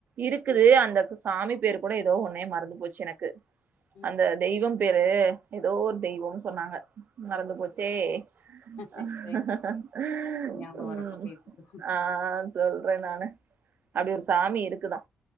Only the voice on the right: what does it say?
இருக்குது
அந்த சாமி பேரு கூட ஏதோ ஒன்னே மறந்து போச்சு எனக்கு
அந்த தெய்வம் பேரு ஏதோ ஒரு தெய்வம்னு சொன்னாங்க மறந்து போச்சே
ஆஹ் ஆஹ்
ஹ ஹ
ம்
ஆஹ் சொல்றே நானு அப்டி ஒரு சாமி இருக்குதா